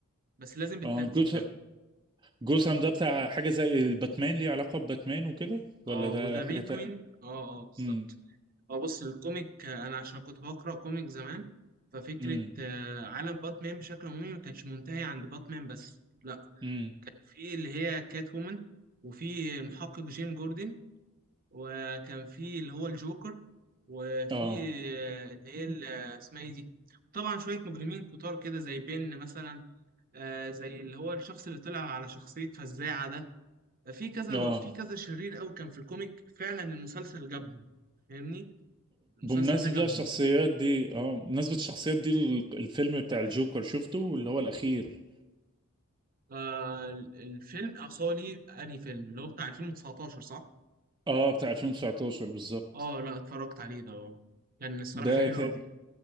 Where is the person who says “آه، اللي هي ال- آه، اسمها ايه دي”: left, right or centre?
Right